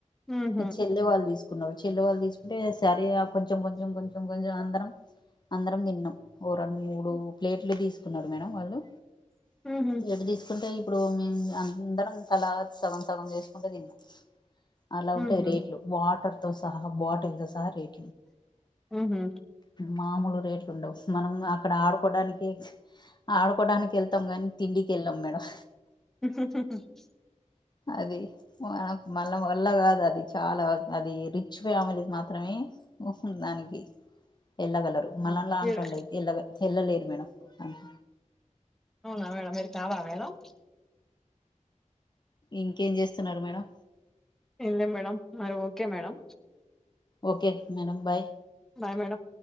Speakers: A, in the centre; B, on the left.
A: మ్మ్
B: చెల్లె వాళ్ళు తీసుకున్నారు చెల్లె వాళ్ళు తీసుకుంటే సరే కొంచెం కొంచెం కొంచెం కొంచెం అందరం అందరం తిన్నాం ఓ రెండు మూడు ప్లేట్లు తీసుకున్నారు మేడం వాళ్ళు
A: ఉహు
B: ఎడ తీసుకుంటాయి ఇప్పుడు మేము అందరం తలాకి సగం సగం చేసుకుంటు తిన్నాం అలా ఉంటాయి
A: ఉహు
B: రేట్లు వాటర్ తో సహా బాటిల్ తో సహా రేట్
A: మ్మ్ హ్మ్
B: మామూలు రేట్లు ఉండవు మనం అక్కడ ఆడుకోడానికి ఆడుకోడానికి ఎళ్తాం కాని తిండి కేల్లం మేడం
A: మ్మ్హ్ మ్మ్హ్ మ్మ్హ్
B: అది వన మళ్ళా వల్ల కాదు అది చాలా అది రిచ్ ఫ్యామిలీ మాత్రమే దానికి వెళ్ళగలరు మనం లా
A: మీరు
B: ఉంట వాళ్ళు అయితే వెళ్ళ ఎల్ళలేరు <inaudible>
A: అవునా మేడం మీరుతావా మేడం
B: ఇంకేం చేస్తున్నారు మేడం
A: ఎం లేమేడం మరి okay madam
B: okay madam bye
A: bye madam